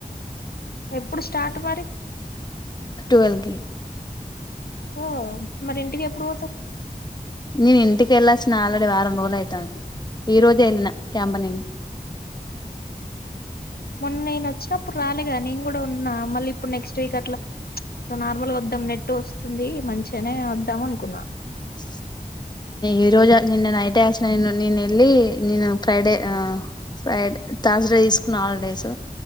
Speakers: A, on the left; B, on the left.
A: ఎప్పుడు సార్ట్ మరి
B: ట్వుల్వ్కి
A: ఓ మరి ఇంటికి ఎప్పుడు పోతారు
B: నేను ఇంటికి వెళ్ళాలచిన ఆల్రెడీ వారం రోజులు అవుతాంది ఈ రోజు వెళ్ళిన క్యాంపనీనకి ఆ
A: మొన్న నేను వచ్చినప్పుడు రాలేగా నేను కూడా ఉన్నా మళ్ళీ ఇప్పుడు నెక్స్ట్ వీక్ అట్లా ఇట్లా నార్మల్గా వద్దాం నెట్ వస్తుంది మంచిగానే వద్దాం అనుకున్నా
B: స్ ఈ రోజు నిన్న నైటే అచ్చిన నిన్న నినేళ్ళి నిను ఫ్రైడే ఆ ఫ్రైడ్ తర్డ్స్ డే తీసుకున్న హాలిడేస్